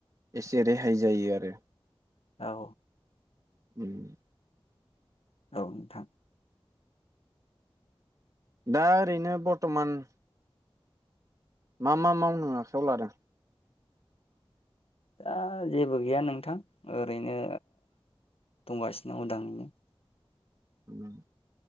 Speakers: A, on the right (about 35°); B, on the left (about 75°).
A: एसे रेहाय जायो आरो।
B: औ।
A: उम।
B: औ नोंथां।
A: दा ओरैनो बर्थमान। मा मा मावनो आखायाव लादों।
B: दा जेबो गैया नोंथां ओरैनो दंगासिनो उदाङैनो।
A: उम।